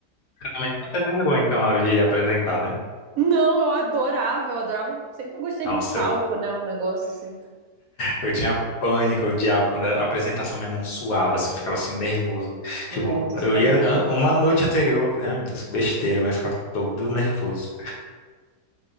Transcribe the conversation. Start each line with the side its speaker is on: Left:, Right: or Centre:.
Left: Você também nunca teve vergonha, então, na hora de apresentar, né?
Right: Não, eu adorava, eu adorava, sempre gostei
Left: Nossa,
Right: de um palco,
Left: eu,
Right: né, um negócio assim.
Left: eu tinha pânico, eu odiava quando a apresentação minha mão suava, assim, eu ficava assim, nervoso. Tipo,
Right: Nossa,
Left: eu
Right: imagina.
Left: ia an- uma noite anterior, eu falei, ah, meu Deus, que besteira, mas eu ficava todo nervoso.